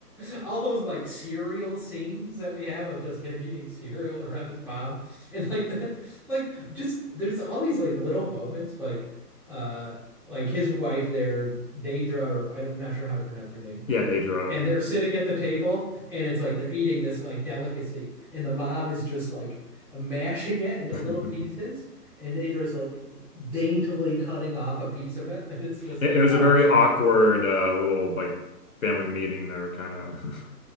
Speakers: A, in the centre; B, on the left.
A: <laughs> All those like cereal scenes that we have of just him eating cereal around his mom. And like the like just there's all these like little moments like uh like his wife there, Daedra, or I don't, I'm not sure how to pronounce her name.
B: Yeah, Daedra.
A: And they're sitting at the table and it's like they're eating this like delicacy. And the mom is just like mashing it into
B: <laughs>
A: little pieces. And Daedra's like daintily cutting off a piece of it. <laughs> And it's just
B: It,
A: like,
B: it was
A: oh,
B: a very awkward uh, little like family meeting there, kind of. <laughs>